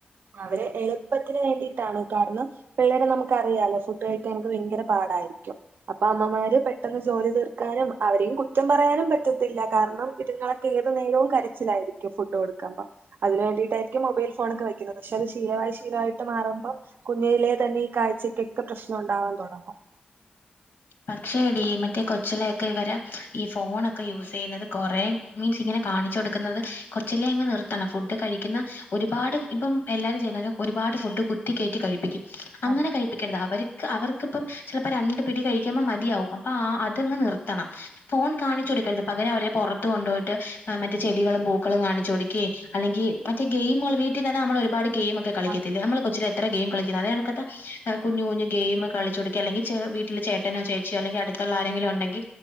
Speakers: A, on the right; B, on the left.
A: അവര് എള്പ്പത്തിന് വേണ്ടീട്ടാണ് കാരണം പിള്ളേരെ നമുക്കറിയാലോ ഫുഡ് കഴിക്കാനക്കെ ഭയ്ങ്കര പാടാരിക്കും അപ്പ അമ്മമാര് പെട്ടെന്ന് ജോലി തീർക്കാനും അവരെയും കുറ്റം പറയാനും പറ്റത്തില്ല കാരണം ഇതുങ്ങളെ പ്പം ഏത് നേരോം കരച്ചിലാരിക്കും ഫുഡ് കൊടുക്ക്മ്പം അതിന് വേണ്ടിയിട്ടാരിക്കും മൊബൈൽ ഫോണക്കെ വെക്ക് ഇതക്കെ ശെല ശീലവായി ശീലവായിട്ട് മാറുമ്പം കുഞ്ഞെലെ തന്നെ ഈ കാഴ്ചക്കെക്കെ പ്രശ്നം ഉണ്ടാവാൻ തൊടങ്ങും
B: പക്ഷേ ഡീ മറ്റേ കൊച്ചിലക്കെ ഇവര് ഈ ഫോണൊക്കെ യൂസ് ചെയ്യുന്നത് കൊറേ മീൻസ് ഇങ്ങനെ കാണിച്ച് കൊടുക്കുന്നത് കൊച്ചിലേ അങ്ങ് നിർത്തണം ഫുഡ് കഴിക്കുന്ന ഒരുപാട് ഇപ്പം എല്ലാരും ചെയ്യ്‌ന്നത് ഒരുപാട് ഫുഡ് കുത്തിക്കയറ്റി കഴിപ്പിക്കും അങ്ങനെ
A: അതെ
B: കഴിപ്പിക്കരുത് അവര്ക്ക് അവർക്കിപ്പം ചെലപ്പം രണ്ട് പിടി കഴി ക്കുമ്പം മതിയാവും അപ്പാ ആഅതങ്ങ് നിർത്തണം ഫോൺ കാണിച്ചു കൊടുക്കരുത് പകരം അവരെ പൊറത്ത് കൊണ്ടുപോയിട്ട് അഹ് മറ്റ് ചെടികളും പൂക്കളും കാണിച്ചു കൊടുക്ക ക്കേ അല്ലെങ്കി മറ്റേ ഗെയിമ്കള് വീട്ടിത്തന്നെ നമ്മളൊരുപാട് ഗെയ്മക്കെ കളിക്കത്തില്ലേ
A: അതെ
B: നമ്മള് കൊച്ച്ലേ എത്ര ഗെയിം കളിക്കുന്നെ അതേകണക്കത്തെ ഏഹ് കുഞ്ഞ് കുഞ്ഞ് ഗെയിം കളിച്ച്കൊട്ക്കേ അല്ലെങ്കിൽ ചേ വീട്ടില് ചേ ട്ടനോ ചേച്ചിയോ അല്ലെങ്കി അടുത്തൊള്ള ആരെങ്കിലും ഒണ്ടെങ്കി